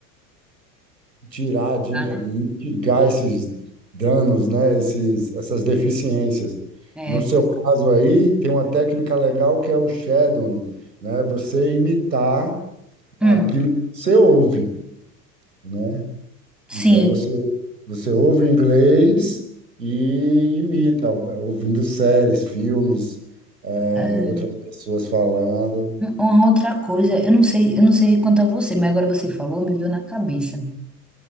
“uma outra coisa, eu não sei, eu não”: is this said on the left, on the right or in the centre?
Centre